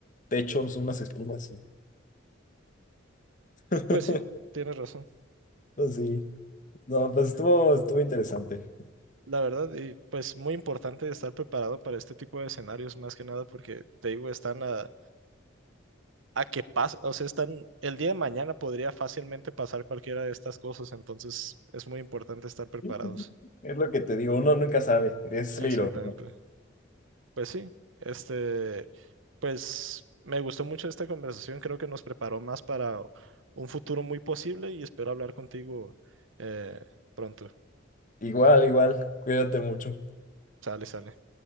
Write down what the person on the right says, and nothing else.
Pues sí, tienes razón.
La verdad, y pues muy importante estar preparado para este tipo de escenarios, más que nada, porque te digo, están a, a que pasa, o sea, están, el día de mañana podría fácilmente pasar cualquiera de estas cosas, entonces es muy importante estar preparados.
Exactamente.
Pues sí, este, pues me gustó mucho esta conversación, creo que nos preparó más para un futuro muy posible y espero hablar contigo eh, pronto.
Sale, sale.